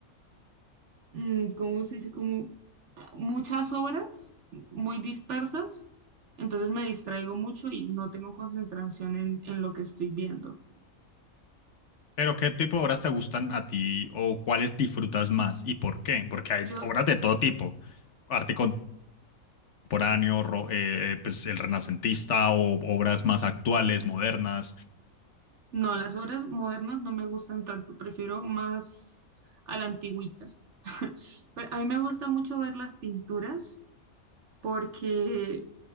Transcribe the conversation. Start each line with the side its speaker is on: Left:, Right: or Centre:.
Right: mm, ¿cómo se dice? Como ah, muchas obras muy dispersas, entonces me distraigo mucho y no tengo concentración en, en lo que estoy viendo.
Left: pero ¿qué tipo de obras te gustan a ti o cuáles disfrutas más y por qué? Porque hay
Right: Yo,
Left: obras de todo tipo, arte contemporáneo,
Right: ok.
Left: ro- eh, eh, pues el renacentista o obras más actuales, modernas.
Right: no, las obras modernas no me gustan tanto, prefiero más a la antigüita. <laughs> Pero a mí me gusta mucho ver las pinturas porque